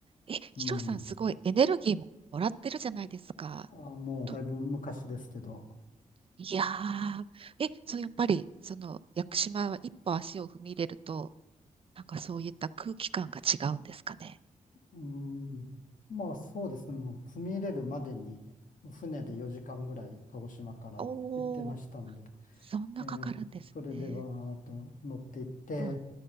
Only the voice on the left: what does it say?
うん。
ああ、もうだいぶ昔ですけど。
うん。まあそうですね。もう踏み入れるまでに船で4時間ぐらい鹿児島から行ってましたんで、
えーそれではーっと乗っていって、